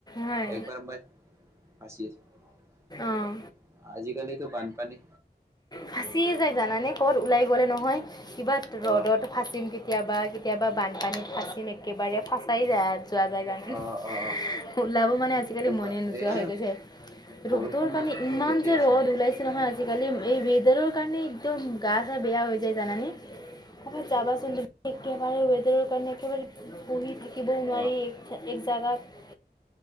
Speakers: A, on the left (about 25°); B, on the right (about 15°).
A: হয়
B: একবাৰ মই ফাছি আছিলোঁ।
A: অঁ
B: আজিকালিটো বানপানী
A: ফাচিয়ে যায় জানানে, ক'বাত ওলাই গ'লে নহয় কিবা ৰ'দত
B: অ'
A: ফাঁচিম কেতিয়াবা, কেতিয়াবা বানপানীত ফাঁচিম একেবাৰে ফাচাই যায় যোৱা যায় জানানে,
B: অ' অ'
A: ওলাব মানে আজিকালি
B: তোমাৰ
A: মনে নোযোৱা
B: এই
A: হৈ গৈছে।
B: বৰষুণ
A: ৰ'দৰ কাৰণে,
B: নিদিলেতো
A: ইমান
B: ঠিকে
A: যে
B: আছে
A: ৰ'দ উলাইছে। নহয় আজিকালি, এই ৱেডাৰৰ কাৰণে একদম গা চা বেয়া হৈ যায় জানানে। ত যাবাচোন তুমি একেবাৰে ৱেডাৰৰ কাৰণে, একেবাৰে বহি থাকিবও নোৱাৰি
B: অ'
A: তে এক জাগাত